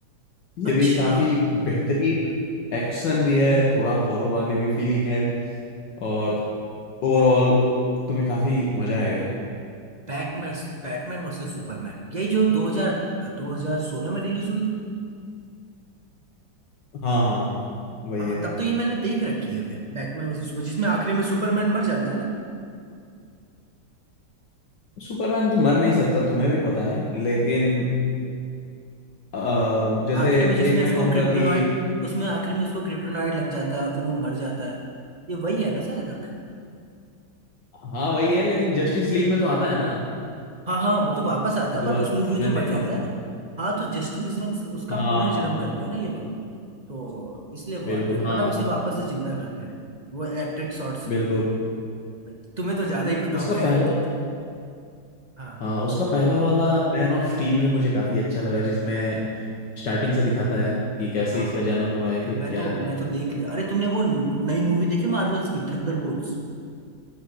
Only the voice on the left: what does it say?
ये
भी काफी बेहतरीन एक्शन भी है थोड़ा हॉरर वाली भी फीलिंग है और ओवरऑल तुम्हें काफी मजा आएगा
हाँ हाँ वही
है
सुपरमैन तो मर नहीं सकता तुम्हें भी पता है लेकिन अ, जैसे
एक मैं
कहूंगा
कि
हाँ वही है लेकिन जस्टिस लीग में तो आता है ना
दोबारा
तुमने
देखा
होगा
हाँ
हाँ
बिल्कुल
हाँ
बिल्कुल
उसका
पहला
हाँ उसका पहला वाला मैन ऑफ स्टील भी मुझे काफी अच्छा लगा जिसमें स्टार्टिंग से दिखाता है कि कैसे
इसका
जन्म हुआ है फिर
क्या
है